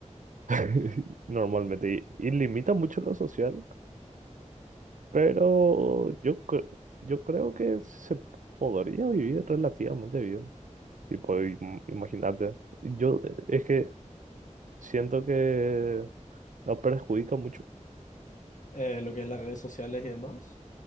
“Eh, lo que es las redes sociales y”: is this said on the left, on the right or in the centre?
Left